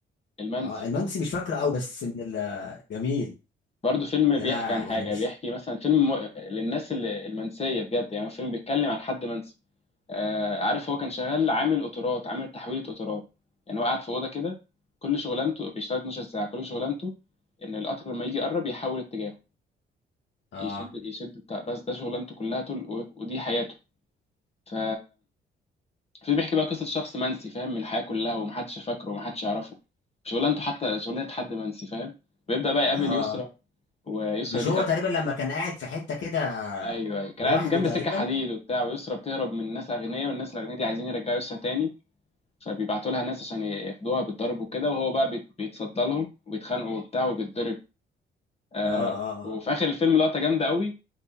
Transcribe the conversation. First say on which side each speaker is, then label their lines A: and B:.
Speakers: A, on the left (about 30°); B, on the left (about 65°).
A: المنسي
B: اه المنسي مش فاكره قوي بس من الجميل
A: برضه فيلم
B: اللي
A: بيحكي
B: انا
A: عن
B: يعني
A: حاجة
B: مش
A: بيحكي مثلا فيلم مو- للناس ال- المنسية بجد يعني فيلم بيتكلم عن حد منسي آه عارف هو كان شغال عامل قطارات عامل تحويلة قطارات يعني هو قاعد في أوضة كده كل شغلانته بيشتغل 12 ساعة كل شغلانته إن القطر لما يجي يقرب يحول اتجاهه
B: اه
A: يشد يشد بتاع بس ده شغلانته كلها طول و- ودي حياته ف في بيحكي بقى قصة شخص منسي فاهم من الحياة كلها ومحدش فاكره ومحدش يعرفه شغلانته حتى شغلانة حد منسي فاهم ويبدأ بقى يقابل
B: اه
A: يسرا ويسرا
B: مش
A: دي
B: هو
A: كانت
B: تقريبا لما كان قاعد في حته كده
A: ايوه ايوه كان
B: لوحده
A: قاعد جنب
B: تقريبا
A: سكه حديد وبتاع ويسرا بتهرب من ناس اغنياء والناس الاغنياء دي عايزين يرجعوا يسرا تاني فبيبعتوا لها ناس عشان ياخدوها بالضرب وكده وهو بقى بيت- بيتصدى لهم وبيتخانقوا وبتاع وبيتضرب آه
B: اه اه
A: وفي اخر الفيلم لقطه جامده قوي